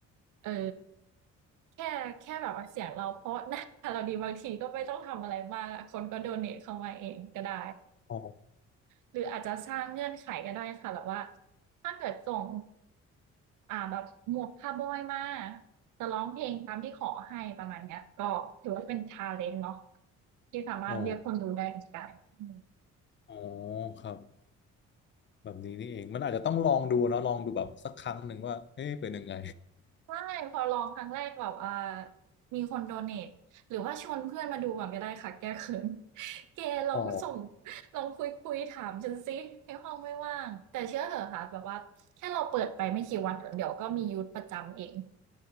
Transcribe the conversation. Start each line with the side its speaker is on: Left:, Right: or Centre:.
Right: เออแค่แค่แบบว่าเสียงเราเพราะนะเราดีบางทีก็ไม่ต้องทำอะไรมากคนก็โดเนทเข้ามาเองก็ได้
Left: อ๋อ
Right: หรืออาจจะสร้างเงื่อนไขก็ได้ค่ะแบบว่าถ้าเกิดส่ง อ่าแบบหมวกคาวบอยมาจะร้องเพลงตามที่ขอให้ประมาณเนี้ยก็ถือว่าเป็นชาเลนจ์เนาะที่สามารถเรียกคนดูได้เหมือนกันอืม
Left: อ๋ออ๋อครับแบบนี้นี่เองมันอาจจะต้องลองดูเนอะลองดูแบบสักครั้งหนึ่งว่าเอ๊ะเป็นยังไง
Right: ใช่พอลองครั้งแรกแบบอ่อมีคนโดเนทหรือว่าชวนเพื่อนมาดูก่อนก็ได้ค่ะแก้เขิน <laughs> แกลองส่ง
Left: อ๋อ
Right: ลองคุยคุยถามฉันสิให้ห้องไม่ว่างแต่เชื่อเถอะค่ะแบบว่าแค่เราเปิดไปไม่กี่วันเดี๋ยวก็มียูทประจำเอง